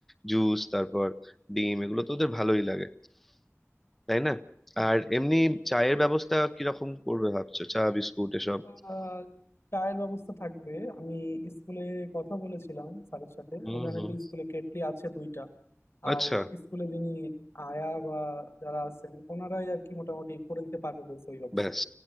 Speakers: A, in the centre; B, on the left.
A: জুস তারপর ডিম এগুলো তো ওদের ভালোই লাগে তাই না
B: সেটাই
A: আর এমনি চায়ের ব্যবস্থা কিরকম করবে ভাবছো চা বিস্কুট এসব
B: আহ, চায়ের ব্যবস্থা থাকবে আমি স্কুলে কথা বলেছিলাম স্যারের সাথে
A: হুম
B: ওখানে
A: হুম
B: তো স্কুলে কেটলি আছে দুইটা আর
A: আচ্ছা
B: স্কুলে যিনি আয়া বা যারা আছেন ওনারাই আর কি মোটামুটি করে দিতে পারবে বলছে ওই ব্যবস্থা
A: ব্যাস